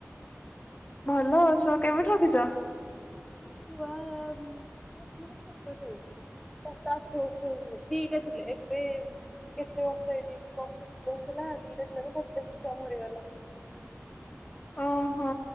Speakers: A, on the left; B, in the centre.
A: ଭଲ ଆଉ ଶୁଆ କେବେଠୁ ରଖିଛ?
B: ଶୁଆ ରଖିଲୁଣି କେବେଠୁ। ସାତ ଆଠ ବର୍ଷ ହେଇଯିବ ଦିଟା ଥିଲେ ଏବେ କେତେ ବର୍ଷ ଏଇ ବର୍ଷେ ଦୁଇ ବର୍ଷ ହେଲା ଦିଟା ଶୁଆ ଥିଲା ତ ଗୋଟେ ଶୁଆ ମରିଗଲା।
A: ଓହୋ